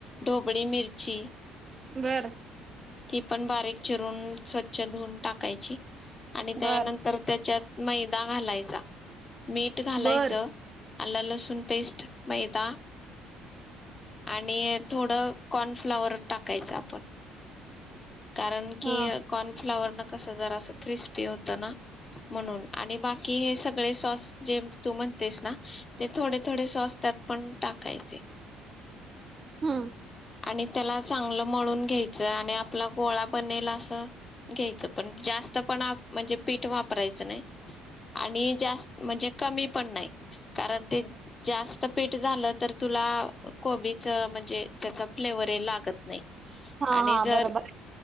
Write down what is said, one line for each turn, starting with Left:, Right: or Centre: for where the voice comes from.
Left: ढोबळी मिरची
Right: बरं
Left: ती पण बारीक चिरून स्वच्छ धुवून टाकायची आणि त्यानंतर
Right: बर
Left: त्याच्यात मैदा घालायचा मीठ घालायचं
Right: बर
Left: आला लसूण पेस्ट मैदा आणि थोडं कॉर्नफ्लॉवर टाकायचं आपण कारण की
Right: हा
Left: कॉर्नफ्लावरनं कसं जरासं क्रिस्पी होत ना म्हणून आणि बाकी हे सगळे सॉस जे तू म्हणतेस ना ते थोडे थोडे सॉस त्यात पण टाकायचे
Right: हम्म
Left: आणि त्याला चांगलं मळून घ्यायचं आणि आप आपला गोळा बनेल असं घ्यायचं पण जास्त पण आ म्हणजे पीठ वापरायचं नाही आणि जास्त म्हणजे कमी पण नाही कारण ते जास्त पीठ झालं तर तुला कोबीचं म्हणजे त्याचा फ्लेवर हे लागत नाही
Right: हा
Left: आणि
Right: हा
Left: जर
Right: बरोबर